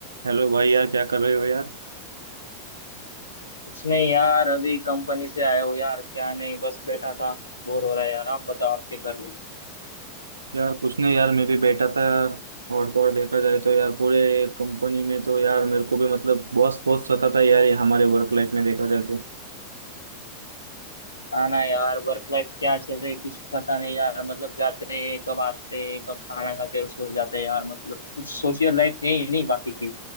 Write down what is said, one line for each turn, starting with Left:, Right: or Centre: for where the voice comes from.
Right: Hello भाई यार क्या कर रहे हो यार
Left: कुछ नहीं यार अभी कंपनी से आया हो यार क्या नहीं बस बैठा था बोर हो रहा है यार आप बताओ आप क्या कर रहे हो
Right: यार कुछ नहीं यार मैं भी बैठा था और तो और देखा जाए तो यार पूरे कंपनी में तो यार मेरे को भी मतलब बॉस बहुत सताता है यार ये हमारे वर्क लाइफ में देखा जाए तो
Left: आना यार वर्क लाइफ क्या चल रही है, कुछ पता नहीं यार मतलब जाते हैं कब आते हैं कब खाना खाते हैं और सो जाते हैं यार मतलब कुछ सोशल लाइफ है ही नहीं बाकी की